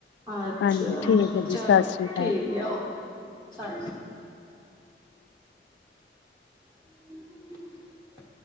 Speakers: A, on the right (about 15°); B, on the left (about 85°).
A: ਅੱਛਾ,
B: ਹਾਂਜੀ ਠੀਕ ਹੈ ਜੀ
A: ਚਲੋ
B: ਸਤਿ ਸ੍ਰੀ ਅਕਾਲ
A: ਠੀਕ ਆ, ਓਕੇ ਸ <unintelligible>